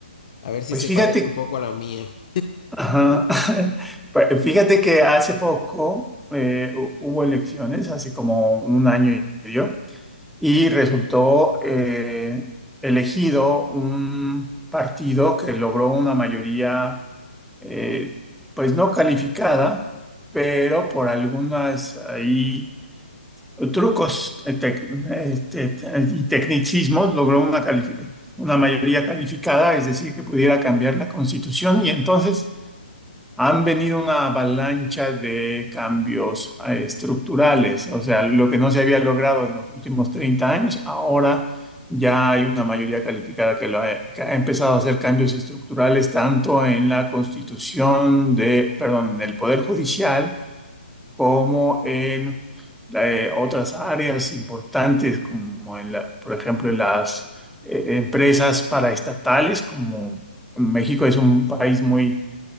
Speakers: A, on the left; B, in the centre.
A: A ver si
B: Pues
A: se
B: fíjate,
A: parece un poco a la mía.
B: ajá, <laughs> pues fíjate que hace poco eh, hu- hubo elecciones, hace como un año y medio, y resultó eh, elegido un partido que logró una mayoría eh, pues no calificada, pero por algunas ahí eh, trucos eh, tec- este, te- y tecnicismos logró una, califi- una mayoría calificada, es decir, que pudiera cambiar la constitución y entonces han venido una avalancha de cambios eh, estructurales, o sea, lo que no se había logrado en los últimos 30 años, ahora ya hay una mayoría calificada que, lo ha, que ha empezado a hacer cambios estructurales tanto en la constitución de, perdón, en el Poder Judicial como en eh, otras áreas importantes como en la- por ejemplo, en las eh, empresas paraestatales, como México es un país muy